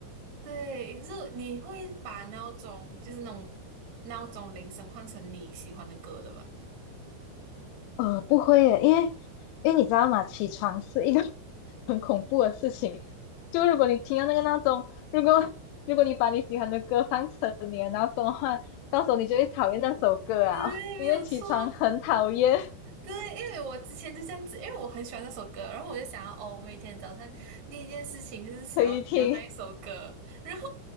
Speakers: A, on the right; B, on the left.
A: 对，就是你会把闹钟，就是那种闹钟铃声换成你喜欢的歌的吧？
B: 呃，不会耶，因为因为你知道吗？起床是一个 <laughs> 很恐怖的事情。就如果你听到那个闹钟，如果如果你把你喜欢的歌放成你的闹钟的话，到时候你就会讨厌那首歌啊，
A: <laughs> 对，
B: <laughs> 因为起床很讨厌，
A: 没有错。对，因为我之前就这样子，因为我很喜欢那首歌，然后我就想要，哦，我每天早上第一件事情就是想要听到那一首歌，
B: 可以听，
A: 然后